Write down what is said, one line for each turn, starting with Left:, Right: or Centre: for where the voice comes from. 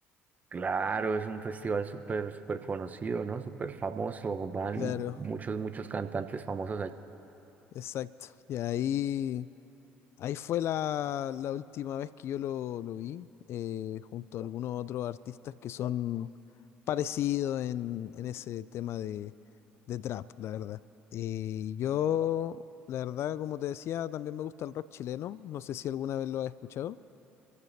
Right: Claro, es un festival súper, súper conocido, ¿no? Súper famoso. Van
Left: Claro,
Right: muchos, muchos cantantes famosos
Left: exacto. Y ahí, ahí fue la, la última vez que yo lo, lo vi, eh, junto a algunos otros artistas que son parecidos en, en ese tema de, de trap, la verdad. Eh, yo, la verdad, como te decía, también me gusta el rock chileno. No sé si alguna vez lo has escuchado.